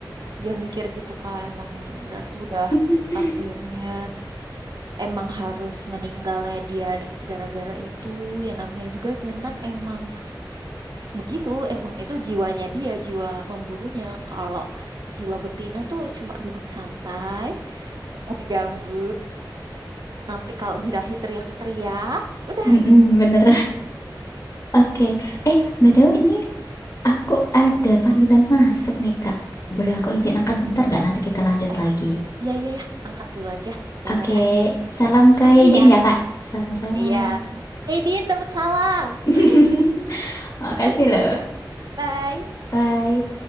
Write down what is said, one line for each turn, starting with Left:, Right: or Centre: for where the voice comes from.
Right: Jangan mikir gitu Kak, emang berarti udah
Left: <laughs>
Right: takdirnya emang harus meninggalnya dia gara-gara itu. Ya namanya juga jantan emang begitu, emang itu jiwanya dia, jiwa memburunya. Kalau jiwa betina tuh cuma duduk santai, nggak usah diganggu. Nanti kalau birahi teriak-teriak, udah.
Left: Mm-mm, bener. Oke. Eh, BTW ini aku ada panggilan masuk nih, Kak. Boleh aku
Right: Mm-mm.
Left: izin angkat bentar nggak? Nanti kita lanjut
Right: Oh,
Left: lagi.
Right: iya iya ya, angkat dulu aja. Ya
Left: Oke,
Right: udah.
Left: salam
Right: Makasih
Left: ke Haydin
Right: ya.
Left: ya, Kak. Sama-sama.
Right: Iya. Hey Din, dapat salam.
Left: <laughs>
Right: <laughs>
Left: Makasih
Right: Ya
Left: loh.
Right: udah, bye.
Left: Bye.